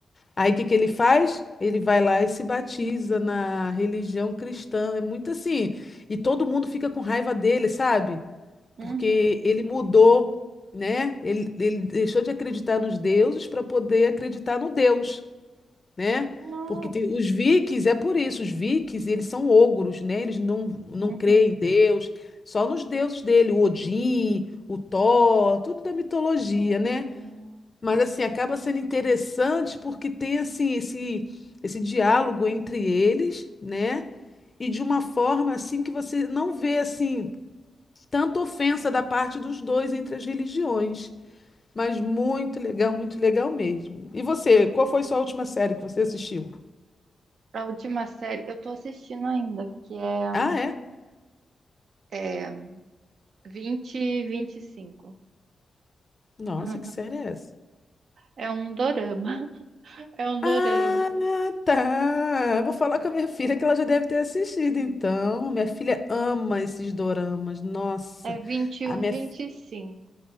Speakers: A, on the left; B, on the right.
A: Aí o que que ele faz? Ele vai lá e se batiza na religião cristã. É muito assim. E todo mundo fica com raiva dele, sabe?
B: Uhum.
A: Porque ele mudou, né? Ele, ele deixou de acreditar nos deuses para poder acreditar no Deus, né?
B: Nossa.
A: Porque tem, os vikings, é por isso, os vikings, eles são ogros, né? Eles não, não
B: Uhum.
A: creem em Deus, só nos deuses dele, o Odin, o Thor, tudo da mitologia,
B: Hum,
A: né? Mas assim, acaba sendo interessante porque tem assim esse esse diálogo entre eles, né? E de uma forma assim que você não vê assim tanta ofensa da parte dos dois entre as religiões. Mas muito legal, muito legal mesmo. E você, qual foi sua última série que você assistiu?
B: a última série, eu tô assistindo ainda, que é,
A: Ah, é?
B: é vinte vinte e vinte e cinco.
A: Nossa,
B: <laughs>
A: que série é essa?
B: É um dorama. <laughs> É um dorama.
A: Ah, tá. Vou falar com a minha filha que ela já deve ter assistido, então. Minha filha ama esses doramas. Nossa,
B: É um 2125
A: a minha